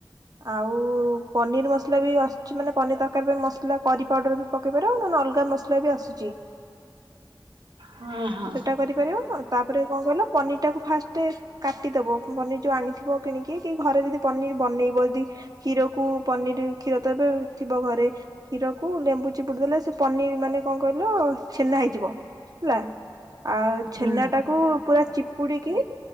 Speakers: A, on the right; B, on the right.
A: ଆଉ ପନିର ମସଲା ବି ଆସୁଛି ମାନେ ପନିର ତରକାରୀ ପାଇଁ ମସଲା କରି ପାଉଡର ବି ପକେଇ ପାରିବ ନହେଲେ ଅଲଗା ମସଲା ବି ଆସୁଛି।
B: ହଁ ହଁ।
A: ସେଟା କରିପାରିବ ତାପରେ କଣ କହିଲ ପନିର ଟାକୁ ଫାଷ୍ଟ ଟେ କାଟିଦବ ପନିର ଯୋଉ ଆଣିଥିବ କିଣିକି। ଘରେ ଯଦି ପନିର ବନେଇବ ଯଦି କ୍ଷୀରକୁୁ ପନିର କ୍ଷୀର ତ ଏବେ ଥିବ ଘରେ। କ୍ଷୀରକୁ ଲେମ୍ବୁ ଚିପୁଡି ଦେଲେ ସେ ପନିର ମାନେ କଣ କହିଲ ଛେନା ହେଇଯିବ ହେଲା। ଆଉ ଛେନା
B: ହୁଁ
A: ଟାକୁ ପୁରା ଚିପୁଡିକି